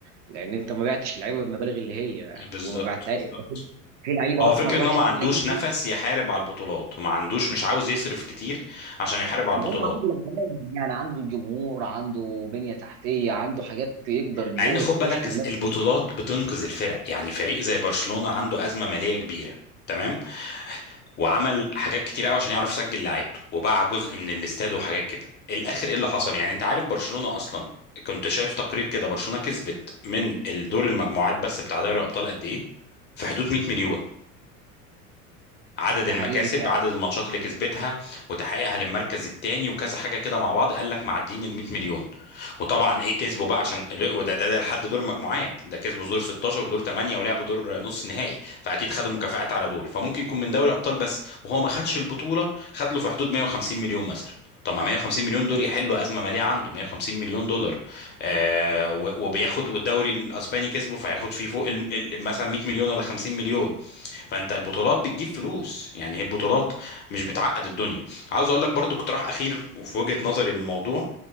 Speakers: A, on the right (about 50°); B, on the left (about 25°).
A: لان انت ما بعتش اللعيبه بالمبالغ اللي هي
B: بالظبط
A: وما بعتها
B: بالظبط
A: انت في في لعيبه
B: هو
A: اصلا
B: فكره
A: راحت
B: ان هو ما عندوش
A: نادي
B: نفس يحارب على البطولات وما عندوش مش عاوز يصرف كتير عشان يحارب على البطولات
A: ما هو عنده العمال يعني عنده الجمهور عنده بنية تحتية عنده حاجات يقدر ان
B: مع
A: هو
B: ان خد
A: يخش
B: بالك
A: وينافس
B: البطولات
A: بيها.
B: بتنقذ الفرق يعني فريق زي برشلونه عنده ازمه ماليه كبيره تمام وعمل حاجات كتير قوي عشان يعرف يسجل لعيبته وباع جزء من الاستاد وحاجات كده الاخر ايه اللي حصل يعني انت عارف برشلونة اصلا كنت شايف تقرير كده برشلونة كسبت من الدور المجموعات بس بتاع دوري الابطال قد ايه في حدود 100 مليون عدد
A: ده
B: المكاسب
A: حقيقي فعلا
B: عدد الماتشات اللي كسبتها وتحقيقها للمركز الثاني وكذا حاجه كده مع بعض قال لك معديين ال 100 مليون وطبعا ايه كسبوا بقى عشان وده ده ده لحد دور المجموعات ده كسبوا دور 16 ودور 8 ولعبوا دور نص نهائي فاكيد خدوا مكافآت على دول فممكن يكون من دوري ابطال بس وهو ما خدش البطوله خد له في حدود 150 مليون مثلا طب ما 150 مليون دول يحلوا ازمه ماليه عنده 150 مليون دولار آه و- وبياخد والدوري الاسباني كسبه فهياخد فيه فوق ال- ال- مثلا 100 مليون ولا 50 مليون فانت البطولات بتجيب فلوس يعني هي البطولات مش بتعقد الدنيا عاوز اقول لك برضو اقتراح اخير وفي وجهة نظري للموضوع